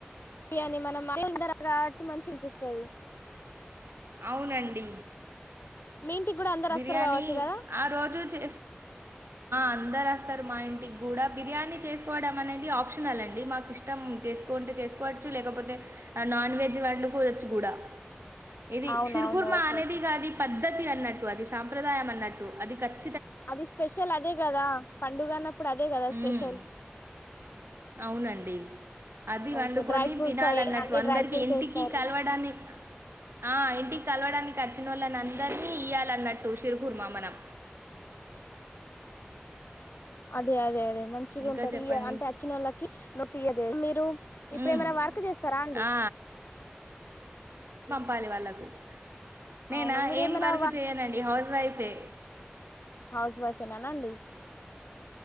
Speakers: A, on the left (about 70°); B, on the right (about 85°).
A: బిర్యానీ మనం ధర కాబట్టి మంచి వినిపిస్తుంది
B: అవునండి
A: మీ ఇంటికి కూడా అందరు
B: బిర్యానీ
A: వస్తారు కావచ్చు కదా
B: ఆ రోజు చే అందరు వస్తారు మా ఇంటికి కూడా బిర్యానీ చేసుకోవడం అనేది ఆప్షనల్ అండి మాకు ఇష్టం చేసుకుంటే చేసుకోవచ్చు లేకపోతే నాన్ వెజ్ వండుకోవచ్చు కూడా ఇది
A: అవునవును
B: సిరుకుర్మ
A: ఓకే
B: అనేదిగాది
A: ఓకే
B: పద్ద పద్దతి అన్నట్టు అది సాంప్రదాయం అన్నట్టు అది ఖచ్చ
A: అది స్పెషల్ అదే కదా పండుగ అన్నప్పుడు అదే కదా
B: మ్మ్.
A: స్పెషల్
B: అవునండి అది వండుకొని
A: ఓకే డ్రై ఫ్రూట్స్
B: తినాలి అన్నట్టు
A: అన్ని
B: అందరికి
A: డ్రై ఫ్రూట్స్
B: ఇంటికి
A: వేస్తారు
B: కలవడాన్ని ఆ ఇంటికి కలవడానికి వచ్చిన వాళ్ళని అందరినీ ఇయ్యాలని నటుషిర్ కుర్మా మనం
A: అదే అదే అదే మంచిగా
B: ఇంకా
A: ఉంటది
B: చెప్పండి
A: తీయ్య అంటే వచ్చినోళ్ళకి నువ్వు తీయేయ మీరు ఇప్పుడ
B: ఉమ్
A: ఏమైనా వర్క్ చేస్తారా అండి
B: ఆ పాలి వాళ్ళకు నేనా
A: అవును మీరు
B: ఏం
A: ఏమైనా
B: వర్క్ చేయనండి హౌస్ వైఫే
A: హౌస్ వైఫ్ ఎ నర్నాడిీస్